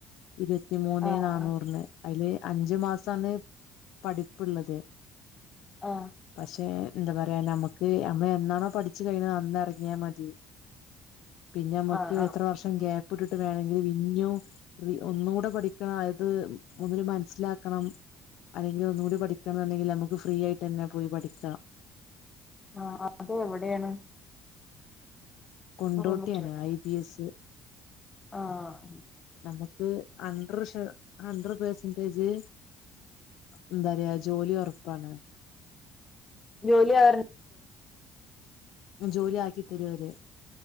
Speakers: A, on the left; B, on the left.
A: ഇരുപത്തിമൂന്നേ
B: ആഹ്
A: നാന്നൂറിന്.
B: ആഹ്
A: അയില് അഞ്ചു മാസാണ് പഠിപ്പ്ള്ളത്.
B: ആഹ്
A: പക്ഷെ എന്താ പറയാ നമുക്ക് നമ്മ എന്നാണോ പഠിച്ചു കഴിഞ്ഞ അന്ന്റങ്ങിയാൽ മതി. പിന്നെ നമ്മക്ക്
B: ആഹ് ആഹ്
A: എത്ര വർഷം ഗ്യാപ്പ് ഇട്ടിട്ട് വേണങ്കിലും ഇഞ്ഞു ഒന്നൂടെ പഠിക്കണം അത് ഒന്ന്ന് മൻസ്സിലാക്കണം. അയ്യോ ഒന്നുകൂടി പഠിക്കാന്നണ്ടെങ്കിൽ മ്മക്ക് ഫ്രീ ആയിട്ട് തന്നെ പോയി പഠിക്കാം.
B: ആ അത് എവിടെണ്?
A: കൊണ്ടോട്ടിയാണ്
B: പറയാൻ പറ്റൂലല്ലോ
A: ഐ ബി എസ്
B: ആഹ്
A: നമുക്ക് അണ്ടർ ശെ ഹൺഡ്രഡ് പെർസെന്റേജ് എന്താ പറ്യാ ജോലി ഒറപ്പാണ്.
B: ജോലി ആർ
A: ജോലി ആക്കി തരുവര്.